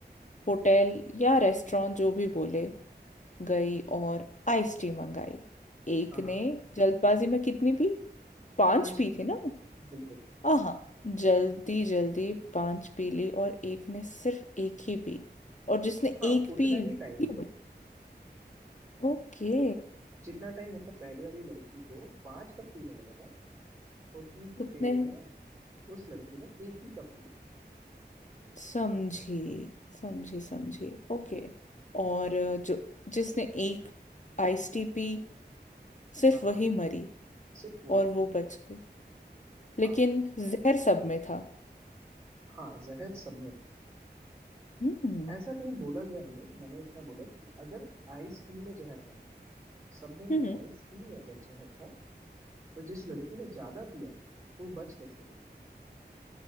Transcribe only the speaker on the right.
हाँ हाँ
पांच
दिए
बिल्कुल
हाँ
उतना
ही टाइम
पे
जितना टाइम मतलब पहले वाली लड़की को पांच कप पीने में लगा उतनी ही
देर में उस लड़की ने एक ही कप पिया
हम्म हम्म,
हाँ हाँ
सिर्फ वो
मरी
हाँ
हाँ जहर सबने खाया।
ऐसा कहीं बोला गया नहीं है मैंने इतना बोला कि अगर आइस टी में जहर था सब में नहीं
आइस टी में अगर जहर था तो जिस लड़की ने ज्यादा पिया वो बच कैसे गई